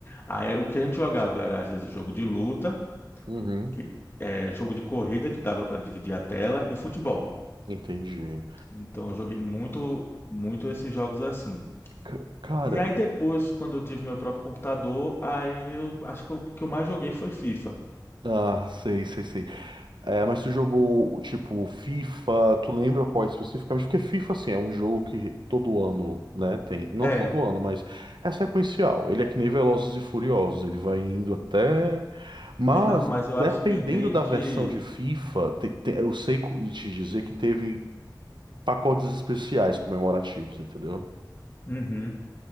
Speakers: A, on the left; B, on the right.
A: Aí o que a gente jogava era às vezes jogo de luta
B: uhum.
A: que é, jogo de corrida que dava para dividir a tela e futebol.
B: Entendi.
A: Então eu joguei muito, muito esses jogos assim.
B: Ca- Cara,
A: E aí depois, quando eu tive meu próprio computador, aí eu acho que o que eu mais joguei foi FIFA.
B: ah, sei, sei, sei. É, mas tu jogou, tipo, FIFA, tu lembra qual especificamente? Porque FIFA, assim, é um jogo que todo ano, né, tem. Não
A: É,
B: todo ano, mas é sequencial. Ele é que nem Velozes e Furiosos, ele vai indo até... Mas,
A: é não, mas eu
B: dependendo
A: acho que desde
B: da versão de FIFA, te- te- eu sei co- te dizer que teve pacotes especiais comemorativos, entendeu?
A: Uhum.